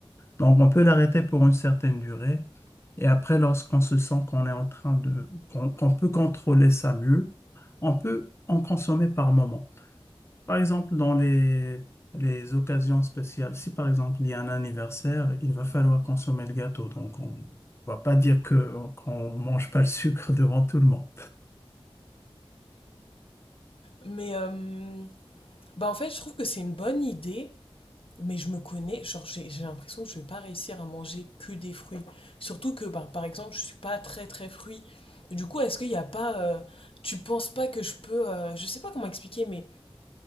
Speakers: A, on the left; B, on the left.
A: Donc, on peut l'arrêter pour une certaine durée. Et après, lorsqu'on se sent qu'on est en train de, qu'on qu'on peut contrôler ça mieux, on peut en consommer par moment. Par exemple, dans les, les occasions spéciales, si par exemple il y a un anniversaire, il va falloir consommer le gâteau. Donc on va pas dire que qu'on mange pas le sucre <laughs> devant tout le monde.
B: Mais euh, bah en fait, je trouve que c'est une bonne idée. Mais je me connais, genre j'ai j'ai l'impression que je vais pas réussir à manger que des fruits. Surtout que bah, par exemple, je suis pas très très fruit. Du coup, est-ce qu'il n'y a pas euh, tu penses pas que je peux euh, je sais pas comment expliquer mais